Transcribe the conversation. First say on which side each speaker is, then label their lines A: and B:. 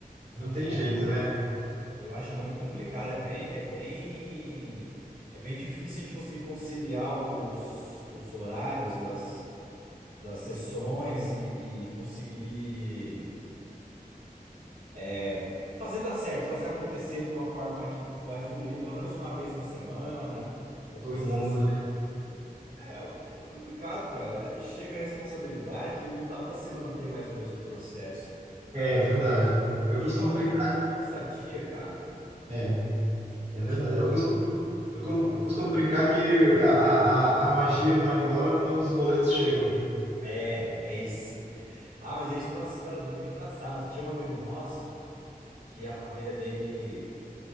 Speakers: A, on the right; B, on the right.
A: Não tem
B: É,
A: jeito, né?
B: eu acho muito complicado. É bem, é bem, é bem difícil a gente conseguir conciliar os, os horários das das sessões e, e conseguir é, fazer dar certo, fazer acontecer de uma forma que vai fluir pelo menos uma vez na semana ou
A: Todo
B: coisas
A: mundo,
B: assim.
A: né?
B: É, é complicado, cara. A idade chega, a responsabilidade, não dá pra se manter mais no mesmo processo.
A: É verdade. Eu
B: E
A: costumo
B: é uma brincadeira
A: brincar.
B: tão sadia, cara.
A: É, é verdade.
B: Tinha-
A: Eu costumo, eu com-
B: ah,
A: costumo
B: desculpa.
A: brincar que a, a, a a magia vai embora quando os boletos chegam.
B: É, é isso. Ah, mas a gente tem umas histórias muito engraçadas. Tinha um amigo nosso que a família dele.